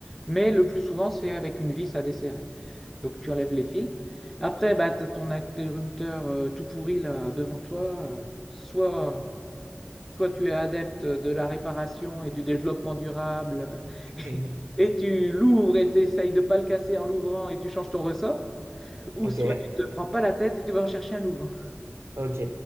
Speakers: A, in the centre; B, on the right.
A: mais le plus souvent, c'est avec une vis à desserrer. Donc tu enlèves les fils. Après, bah, tu as ton interrupteur euh, tout pourri là devant toi. Euh, soit, soit tu es adepte de la réparation et du développement durable euh,
B: <laughs>
A: <laughs> et tu l'ouvres et tu essayes de pas le casser en l'ouvrant et tu changes ton ressort. Ou
B: Ok,
A: soit tu te prends pas la tête et tu vas en chercher un nouveau. <laughs>
B: ok.